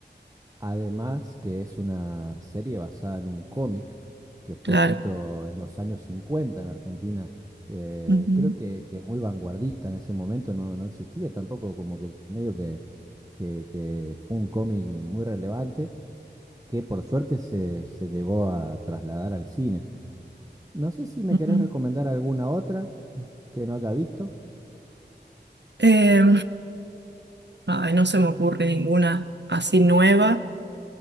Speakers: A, on the right; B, on the right.
A: Además, que es una serie basada en un cómic que fue
B: Claro.
A: escrito en los años 50 en Argentina. Eh,
B: Ujú,
A: creo que, que muy vanguardista en ese momento, no, no existía tampoco, como que medio que, que- que fue un cómic muy relevante que por suerte se, se llegó a trasladar al cine. No sé si me
B: ujú.
A: querés recomendar alguna otra que no haya visto.
B: Eh, ay, no se me ocurre ninguna así nueva.